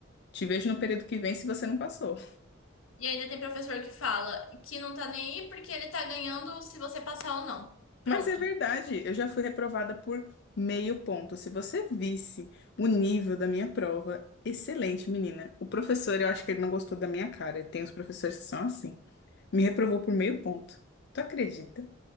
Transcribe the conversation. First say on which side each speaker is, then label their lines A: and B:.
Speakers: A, on the left; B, on the left.
A: Te vejo no período que vem se você não passou.
B: E ainda tem professor que fala que não tá nem aí porque ele tá ganhando se você passar ou não. Pronto.
A: Mas é verdade, eu já fui reprovada por meio ponto. Se você visse o nível da minha prova, excelente, menina. O professor, eu acho que ele não gostou da minha cara. Tem uns professores que são assim. Me reprovou por meio ponto. Tu acredita?